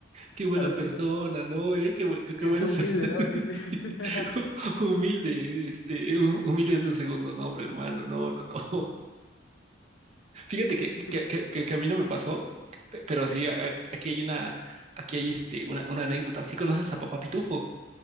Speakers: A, on the right; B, on the left.
A: qué buena
B: a los
A: persona,
B: chicos.
A: ¿no? Eh? Qué, bu- qué- qué
B: Qué,
A: buena
B: qué humilde,
A: persona,
B: ¿no? ¿Viste? <laughs>
A: <laughs> humilde, este, hum- humilde es un segundo nombre, hermano, no, no, no. <laughs> Fíjate que,
B: Y
A: que,
B: te... ju-
A: que, que- que a mí no me pasó, pe- pero sí, a- a- aquí hay una, aquí hay este, una, una anécdota. ¿Sí conoces a Papá Pitufo?